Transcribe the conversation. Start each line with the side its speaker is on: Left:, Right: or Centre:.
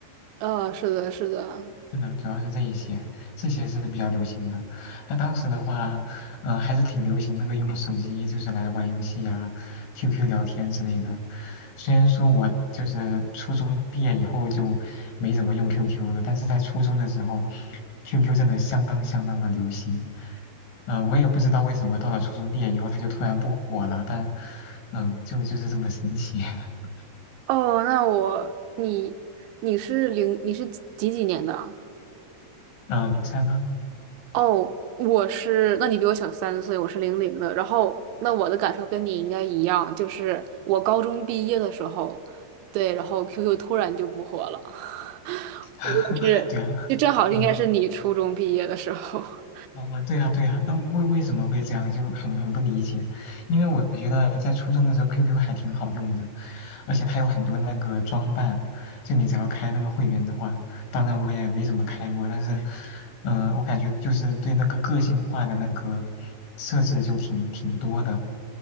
Right: 呃，是的，是的。
Left: 是的，主要是这一些，这些是比较流行的。那当时的话，嗯、呃还是挺流行那个用手机就是来玩游戏啊、QQ 聊天之类的。虽然说我就是初中毕业以后就没怎么用 QQ 了，但是在初中的时候，QQ 真的相当相当的流行。嗯、我也不知道为什么到了初中毕业以后，它就突然不火了，但嗯、就就是这么神奇。<laughs>
Right: 哦，那我，你，你是零，你是几几几年的啊？
Left: 嗯、零三啊，
Right: 哦，我是，那你比我小三岁，我是零零的。然后，那我的感受跟你应该一样，就是我高中毕业的时候，对，然后 QQ 突然就不火了。<laughs>
Left: <laughs>
Right: 我也是，
Left: 对啊，
Right: 就正好应该是你初中毕业的时候。
Left: 嗯、
Right: <laughs>
Left: 哦，对呀，对呀，那为为什么会这样，就很很不理解。因为我觉得在初中的时候，QQ 还挺好用的，而且它有很多那个装扮，就你只要开那个会员的话，当然我也没怎么开过，但是，嗯、我感觉就是对那个个性化的那个设置就挺挺多的。